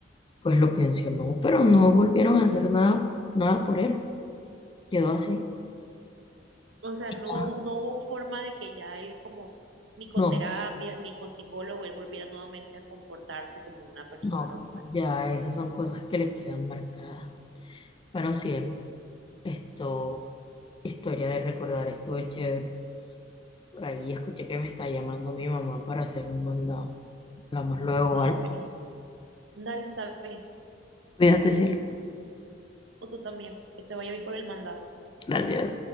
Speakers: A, on the left; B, on the right.
A: pues lo pensionó, pero no volvieron a hacer nada, nada por él. Quedó así.
B: O sea, no,
A: Ah,
B: no hubo forma de que ya él como, ni con
A: No,
B: terapias, ni con psicólogo, él volviera nuevamente a comportarse como una persona
A: no,
B: normal.
A: ya esas son cosas que le quedan marcadas. Bueno, cielo, esto... Historia de recordar, estuvo chévere. Por ahí escuché que me está llamando mi mamá para hacer un mandado. Hablamos luego,
B: Ah,
A: ¿vale?
B: bueno, Dale, está bien.
A: Cuídate, cielo.
B: O tú también. Que te vaya bien con el mandado.
A: Gracias.